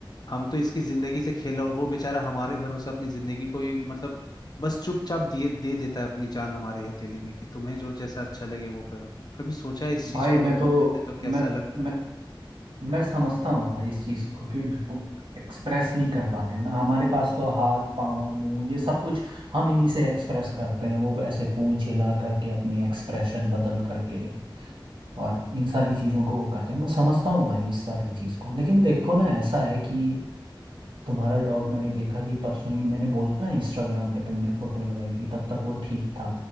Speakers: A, on the left; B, on the right.
A: हम तो इसकी जिंदगी से खेल और वो बेचारा हमारे भरोसे अपनी जिंदगी को ही मतलब बस चुपचाप दिए दे देता है अपनी जान हमारी हथेली में कि तुम्हें जो जैसा अच्छा लगे वो करो कभी सोचा है इस चीज
B: भाई
A: को
B: मैं
A: अगर
B: तो
A: तुम रहते तो कैसा
B: मैं
A: लगता
B: मैं मैं समझता हूँ भाई इस चीज को कि एक्सप्रेस नहीं कर पाते हैं ना हमारे पास तो हाथ पाँव मुंह ये सब कुछ हम इन्हीं से एक्सप्रेस करते हैं वो ऐसे पूंछ हिला करके अपने एक्सप्रेशन बदल करके और इन सारी चीज़ों को वो करते हैं मैं समझता हूँ भाई इस सारी चीज़ को लेकिन देखो ना ऐसा है कि तुम्हारा डॉग मैंने देखा कि परसों ही मैंने बोला ना इंस्टाग्राम पे तुमने फोटो लगाई थी तब तक वो ठीक था